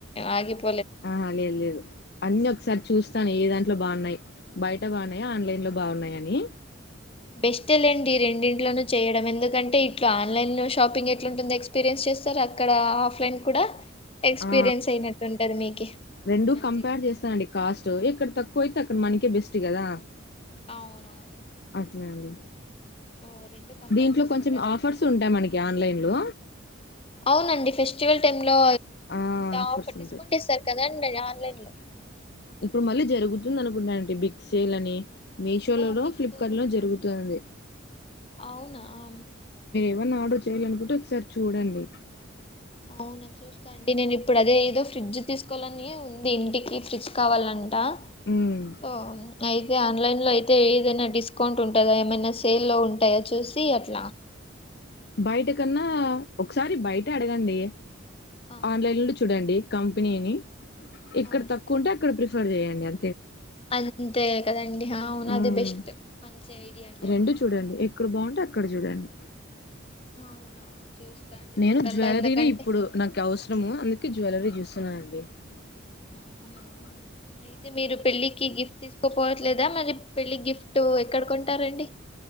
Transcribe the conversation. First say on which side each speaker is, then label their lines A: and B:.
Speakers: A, on the left (about 30°); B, on the left (about 50°).
A: ఆగిపో
B: ఆ లేదు లేదు అన్ని ఒకసారి చూస్తాను ఏ దాంట్లో బాగున్నాయి బయట బాగున్నాయా ఆన్లైన్ లో బాగున్నాయని
A: బెస్టేలేండి రెండింట్లోన చేయడం ఎందుకంటే ఇట్లా ఆన్లైన్ షాపింగ్ ఎట్లాంటుంది ఎక్స్పీరియన్స్ వచ్చస్తారు అక్కడ ఆఫ్లైన్ కూడా ఎక్స్పీరియన్స్
B: ఆ
A: అయినట్టుంటది మీకి
B: రెండు
A: మంచిగా
B: కంపేర్ చేస్తానండి కాస్ట్ ఇక్కడ తక్కువ కోయి త అక్కన్ మనికే బెస్ట్ గదా
A: అవునవును
B: అట్లా అండి
A: ఓ రెండు కంపేర్
B: దీంట్లో
A: చేసుకుంటారు
B: కొంచెం ఆఫర్స్
A: అయితే
B: ఉంటాయి మనకి ఆన్లైన్ లో
A: అవునండి ఫెస్టివల్ టైమ్ లో
B: ఆ ఆఫర్స్
A: ఆఫర్
B: ఉంటాయి
A: డిస్కౌంట్ ఇస్తారు కదండి ఆన్లైన్ లో
B: ఇప్పుడు మళ్ళీ జరుగుతుంది. అనుకుంట అండీ బిగ్ సేల్ అని మీషో లో
A: ఆ బిగ్
B: ఫ్లిప్కార్ట్
A: సేల్
B: లో జరుగుతుంది.
A: అవునా ఆ
B: ఏవన్నా ఆర్డర్ చేయాల అనుకుంటే, ఒకసారి చూడండి
A: అవునా చూస్తా, అండి నేను ఇప్పుడు అదే ఏదో ఫ్రిడ్జ్ తీసుకోవాలని ఉంది. ఇంటికి ఫ్రిడ్జ్ కావాల అ
B: ఉమ్
A: ఓ అయితే ఆన్లైన్ లో అయితే ఏదైనా డిస్కౌంట్ ఉంటుందా. ఏమైనా సేల్ల్లో ఉంటాయా చూసి అట్లా
B: బయట కన్నా ఒకసారి బయట అడగండి
A: ఆ
B: ఆన్లైన్ లో చూడండి. కంపెనీని ఇక్కడ
A: అవును
B: తక్కువంటే, అక్కడ ప్రిఫర్ చెయండి అ
A: అంతే కదండి అవును
B: మ్మ్.
A: అది బెస్ట్ మంచి ఐడియా అండి
B: రెండు
A: అది
B: చూడండి ఎక్కడ బాగుంటే అక్కడ చూడండి
A: అవునవును చూస్తా అండి
B: నేను
A: చూడాల
B: జ్యువెలరీనే
A: ఎందుకంటే
B: ఇప్పుడు, నాకు అవసరము అందుకే జ్యువెలరీ చూస్తున్నాను, అండి
A: అవునా
B: <unintelligible>
A: అయితే మీరు పెళ్ళికి గిఫ్ట్ తీసుకోపోవట్లేదా, మరి పెళ్ళికి గిఫ్ట్ ఎక్కడకొంటారండి.